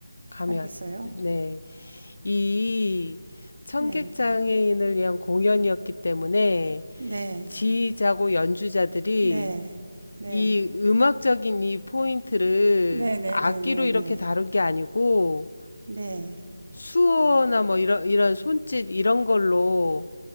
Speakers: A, on the left; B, on the right.
A: 감이
B: 알겠어요?
A: 왔. 네, 이 청각
B: 네,
A: 장애인을 위한 공연이었기 때문에
B: 네,
A: 지휘자고 연주자들이
B: 네, 네,
A: 이 음악적인 이 포인트를
B: 네, 네,
A: 악기로
B: 네, 네,
A: 이렇게
B: 네,
A: 다룬 게 아니고
B: 네.
A: 수어나 뭐 이런 이런 손짓 이런 걸로